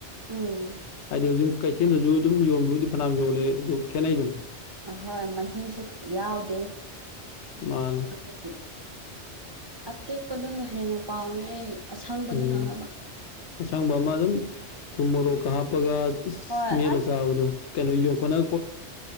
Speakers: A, on the right; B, on the left.
A: ꯎꯝ
B: ꯍꯥꯏꯗꯤ ꯍꯧꯖꯤꯛ ꯀꯩꯊꯦꯜꯗꯁꯨ ꯑꯗꯨꯝ ꯌꯣꯟꯕꯕꯨꯗꯤ ꯐꯅꯌꯥꯝ ꯌꯣꯜꯂꯦ ꯑꯗꯨ ꯈꯦꯠꯅꯩꯗꯅ
A: ꯑꯍꯣꯏ ꯃꯍꯤꯁꯨ ꯌꯥꯎꯗꯦ
B: ꯃꯥꯅꯦ
A: ꯑꯗꯨ ꯑꯇꯦꯛꯄꯗꯨꯅ ꯍꯦꯟꯅ ꯄꯥꯝꯃꯦ ꯑꯩ ꯑꯁꯪꯕꯗꯨꯅ
B: ꯎꯝ
A: ꯍꯥꯏꯕ
B: ꯑꯁꯪꯕ ꯑꯃ ꯑꯗꯨꯝ ꯊꯨꯝ ꯃꯣꯔꯣꯛꯀ ꯍꯥꯞꯄꯒ
A: ꯍꯣꯏ
B: ꯃꯦꯠꯂ
A: ꯑꯁ
B: ꯆꯥꯕꯗꯣ ꯀꯩꯅꯣ ꯌꯣꯡꯈꯣꯠꯅ